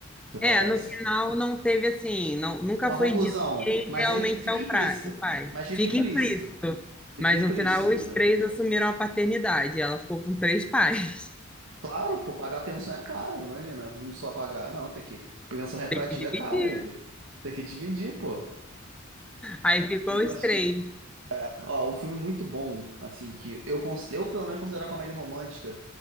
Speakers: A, on the right; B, in the centre.
A: O que acontece.
B: É, no final não teve assim, não, nunca
A: Uma
B: foi
A: conclusão.
B: dito quem
A: Mas
B: realmente
A: aí fica
B: é o,
A: implícito.
B: pra, o pai.
A: Mas fica
B: Fica
A: implícito.
B: implícito.
A: Fica
B: Mas
A: implícito,
B: no final
A: entendeu?
B: os três assumiram a paternidade. Ela ficou com três pais. <laughs>
A: Claro, pô, pagar pensão é caro, imagina, não só pagar. Não, tem que. Pensão retroativa
B: E Dividiu.
A: é caro, Ibe. Tem que dividir, pô.
B: Aí ficou os
A: Acho-
B: três.
A: Ó, um filme muito bom, assim, que eu, cons- eu pelo menos considero comédia romântica,